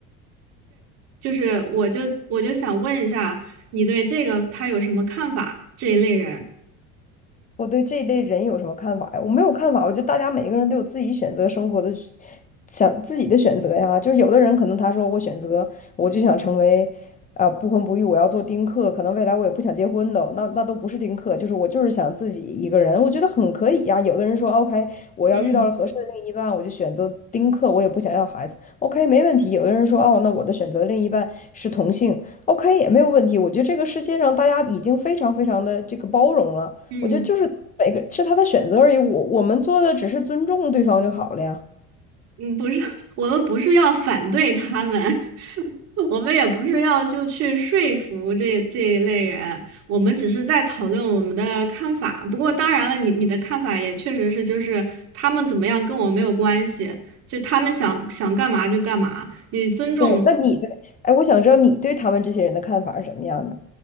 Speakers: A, on the right; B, on the left.
A: 就是我就我就想问一下，你对这个他有什么看法？这一类人，
B: 我对这一类人有什么看法呀？我没有看法，我觉得大家每个人都有自己选择生活的选，想自己的选择呀。就是有的人可能他说我选择，我就想成为，啊、不婚不育，我要做丁克，可能未来我也不想结婚的，那那都不是丁克，就是我就是想自己一个人，我觉得很可以呀。有的人说 OK，我要遇到了合适的另一半，
A: 嗯
B: 我就选择丁克，我也不想要孩子，OK 没问题。有的人说哦，那我的选择另一半是同性，OK 也没有问题。我觉得这个世界上大家已经非常非常的这个包容了。
A: 嗯
B: 我觉得就是每个是他的选择而已，我我们做的只是尊重对方就好了呀。
A: 嗯，不是，我们不是要反对他们，<laughs> <laughs> 我们也不是要就去说服这这一类人，我们只是在讨论我们的看法。不过当然了，你你的看法也确实是，就是他们怎么样跟我没有关系，就他们想想干嘛就干嘛，你尊重。
B: 对，那你的，哎，我想知道你对他们这些人的看法是什么样的？